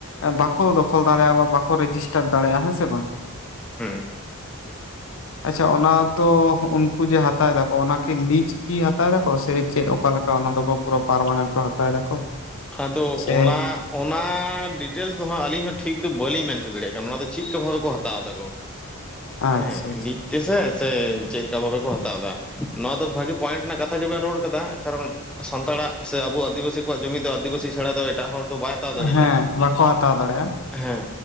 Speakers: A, on the left; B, in the centre.
A: ᱵᱟᱠᱚ ᱫᱚᱠᱷᱚᱞ ᱫᱟᱲᱮᱭᱟᱜᱼᱟ, ᱵᱟ ᱵᱟᱠᱚ ᱨᱮᱡᱤᱥᱴᱟᱨ ᱫᱟᱲᱮᱭᱟᱜᱼᱟ ᱦᱮᱸ ᱥᱮ ᱵᱟᱝ?
B: ᱦᱩᱸ᱾
A: ᱟᱪᱷᱟ ᱚᱱᱟ ᱛᱚ ᱩᱱᱠᱩ ᱡᱮ ᱦᱟᱛᱟᱣ ᱫᱟ ᱚᱱᱟ ᱠᱤ ᱞᱤᱡ ᱠᱤ ᱦᱟᱛᱟᱣ ᱫᱟᱠᱚ? ᱥᱮ ᱪᱮᱫ ᱚᱠᱟ ᱞᱮᱠᱟ ᱚᱱᱟ ᱫᱚᱠᱚ ᱯᱩᱨᱟ ᱯᱟᱨᱢᱟᱱᱮᱱᱴ ᱠᱚ ᱦᱟᱛᱟᱣ ᱫᱟᱠᱚ᱾
B: ᱟᱫᱚ
A: ᱥᱮ
B: ᱚᱱᱟ ᱚᱱᱟ ᱰᱤᱴᱮᱞᱥ ᱫᱚ ᱦᱟᱸᱜ ᱟᱹᱞᱤᱧ ᱦᱚᱸ ᱴᱷᱤᱠ ᱫᱚ ᱵᱟᱹᱞᱤᱧ ᱢᱮᱱ ᱚᱪᱚ ᱫᱟᱲᱮᱭᱟᱜ ᱠᱟᱱᱟ, ᱚᱱᱟ ᱫᱚ ᱪᱮᱫᱠᱟ ᱵᱷᱟᱵᱮ ᱠᱚ ᱦᱟᱛᱟᱣ ᱫᱟ ᱠᱚ᱾
A: ᱟᱪᱪᱷᱟ
B: ᱦᱮᱸ
A: ᱟᱪᱪᱷᱟ
B: ᱞᱤᱡ ᱛᱮᱥᱮ ᱥᱮ ᱪᱮᱫ ᱞᱮᱠᱟ ᱵᱷᱟᱵᱮ ᱠᱚ ᱦᱟᱛᱟᱣ ᱫᱟ, ᱱᱚᱣᱟ ᱫᱚ ᱵᱷᱟᱜᱮ ᱯᱚᱭᱮᱱᱴ ᱨᱮᱱᱟᱜ ᱠᱟᱛᱷᱟ ᱜᱮᱵᱮᱱ ᱨᱚᱲ ᱠᱟᱫᱟ ᱠᱟᱨᱚᱱ ᱥᱟᱱᱛᱟᱲᱟᱜ ᱥᱮ ᱟᱵᱚ ᱟᱹᱫᱤᱵᱟᱹᱥᱤ ᱠᱚᱣᱟᱜ ᱡᱚᱢᱤ ᱫᱚ ᱟᱹᱫᱤᱵᱟᱹᱥᱤ ᱪᱷᱟᱲᱟ ᱫᱚ ᱮᱴᱟᱜ ᱦᱚᱲ ᱫᱚ ᱵᱟᱭ ᱦᱟᱛᱟᱣ ᱫᱟᱲᱮ
A: ᱦᱮᱸ ᱵᱟᱠᱚ ᱦᱟᱛᱟᱣ ᱫᱟᱲᱮᱭᱟᱜᱼᱟ
B: ᱦᱮᱸ